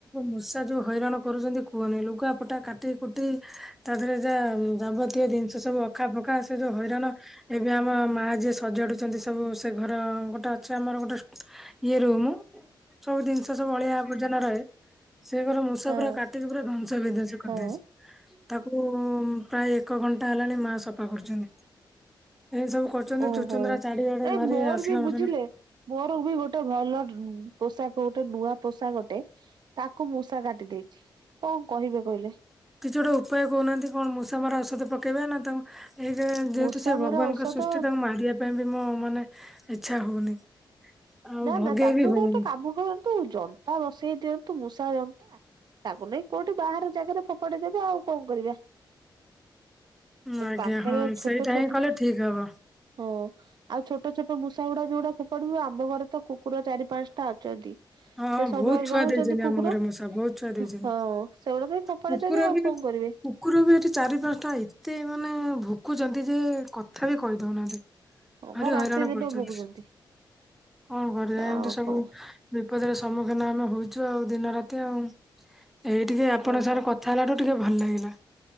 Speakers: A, in the centre; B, on the right.
A: ମୂଷା ଯୋଉ ହଇରାଣ କରୁଛନ୍ତି କୁହନି, ଲୁଗା ପଟା କାଟି କୁଟି ତା ଦେହରେ ଯା ଯାବତୀୟ ଜିନିଷ ସବୁ ଅଖା, ଫକା ସେ ଯୋଉ ହଇରାଣ ଏବେ ଆମ ମା ଯିଏ ସଜାଡୁଛନ୍ତି ସବୁ ସେ ଘର ଗୋଟେ ଅଛି ଆମର ଗୋଟେ ଇଏ ରୁମ, ସବୁ ଜିନିଷ ସବୁ ଅଳିଆ ଆବର୍ଜନା ରହେ। ସେ ଘର ମୂଷା
B: ହଁ
A: ପୁରା କାଟିକି ପୁରା ଧ୍ୱଂସ ବିଧ୍ୱଂସ କରିଦେଇଛି।
B: ହଁ।
A: ତାକୁ ପ୍ରାୟ ଏକ ଘଣ୍ଟା ହେଲାଣି ମା ସଫା କରୁଛନ୍ତି। ଏନ୍ତି ସବୁ କରୁଛନ୍ତି
B: ଓହୋ
A: ଚୁଚୁନ୍ଦ୍ରା ଚାରିଆଡ଼େ
B: ଏ
A: ଭାରି
B: ମୋର
A: ଅସନା
B: ବି ବୁଝିଲେ
A: ମସନା।
B: ମୋର ବି ଗୋଟେ ଭଲ ପୋଷାକ ଗୋଟେ ନୂଆ ପୋଷାକଟେ ତାକୁ ମୂଷା କାଟି ଦେଇଛି। କଣ କହିବେ କହିଲେ?
A: କିଛି ଗୋଟେ ଉପାୟ କହୁନାହାନ୍ତି? କଣ ମୂଷା ମରା ଔଷଧ ପକେଇବା ନା ତାଙ୍କୁ ଏଇ ଯେ ଯେହେତୁ
B: ମୂଷା
A: ସେ ଭଗବାନଙ୍କ
B: ମରା ଔଷଧ
A: ସୃଷ୍ଟି ତାଙ୍କୁ ମାରିବା ପାଇଁ ବି ମୋ ମାନେ ଇଚ୍ଛା ହଉନି। ଆଉ
B: ନା
A: ଭଗେଇ
B: ନା ତାଙ୍କୁ
A: ବି ହଉନି।
B: ଗୋଟେ କାମ କରନ୍ତୁ ଜନ୍ତା ବସେଇ ଦିଅନ୍ତୁ ମୂଷା ଜନ୍ତା ତାକୁ ନେଇ କୋଉଠି ବାହାର ଜାଗାରେ ଫୋପାଡି ଦେବେ ଆଉ କଣ କରିବେ।
A: ଆଜ୍ଞା
B: ପାଖରେ
A: ହଁ
B: ଛୋଟ
A: ସେଇଟା
B: ଛୋଟ
A: ହିଁ କଲେ ଠିକ ହବ।
B: ହଁ, ଆଉ ଛୋଟ ଛୋଟ ମୂଷା ଗୁଡା ଯୋଉଗୁଡା ଫୋପାଡିବୁ ଆମ ଘରେ ତ କୁକୁର ଚାରି ପାଞ୍ଚଟା ଅଛନ୍ତି।
A: ହଁ ହଁ
B: ସେ ସବୁବେଳେ
A: ବହୁତ ଛୁଆ
B: ରହୁଛନ୍ତି
A: ଦେଇଛନ୍ତି
B: କୁକୁର
A: ଆମ ଘରେ ମୂଷା ବହୁତ ଛୁଆ ଦେଇଛନ୍ତି
B: ହଁ ସେଗୁଡା ତ ଏଇ ଫୋ ଫୋପାଡି
A: କୁକୁର
B: ଦେବେ ଆଉ
A: ବି
B: କଣ କରିବେ।
A: କୁକୁର ବି ଏଠି ଚାରି ପାଞ୍ଚଟା ଏତେ ମାନେ ଭୁକୁଛନ୍ତି ଯେ କଥା ବି କହି ଦଉନାହାନ୍ତି। ଭାରି
B: ହଁ ବା ରାତି
A: ହଇରାଣ
B: ଦିନ
A: କରୁଛନ୍ତି।
B: ଭୋଗୁଛନ୍ତି
A: କଣ କରିବା, ଏମିତି
B: ଆଉ
A: ସବୁ
B: କଣ
A: ବିପଦର ସମ୍ମୁଖୀନ ଆମେ ହଉଛୁ ଆଉ ଦିନ ରାତି ଆଉ। ଏଇ ଟିକେ ଆପଣଙ୍କ
B: ଓହୋ
A: ସାଙ୍ଗରେ କଥା ହେଲାଠୁ ଟିକେ ଭଲ ଲାଗିଲା।